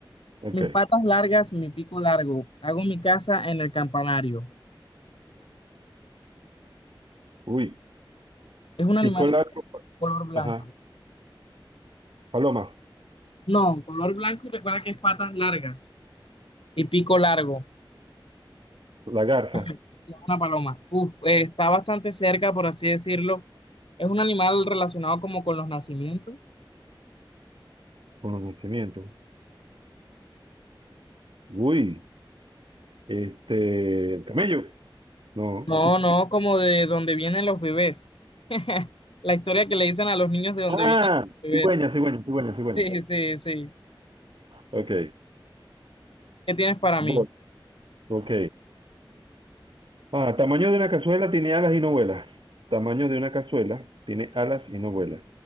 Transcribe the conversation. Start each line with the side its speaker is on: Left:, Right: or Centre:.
Right: Ok.
Left: Mis patas largas, mi pico largo. Hago mi casa en el campanario.
Right: Uy.
Left: Es un animal
Right: Pico
Left: de
Right: largo.
Left: color blanco.
Right: Ajá. Paloma.
Left: No, color blanco y recuerda que es patas largas y pico largo. no
Right: La garza.
Left: Es Una paloma. Uf, eh, está bastante cerca, por así decirlo. Es un animal relacionado como con los nacimientos.
Right: Conocimiento. Uy. Este. Camello. No.
Left: No, no, como de donde vienen los bebés. <laughs> La historia que le dicen a los niños de donde
Right: Ah,
Left: vienen los bebés.
Right: cigüeña, cigüeña, cigüeña, cigüeña.
Left: Sí, sí, sí.
Right: Ok.
Left: ¿Qué tienes para
Right: Voy.
Left: mí?
Right: Ok. Ah, tamaño de una cazuela tiene alas y no vuela. Tamaño de una cazuela tiene alas y no vuela.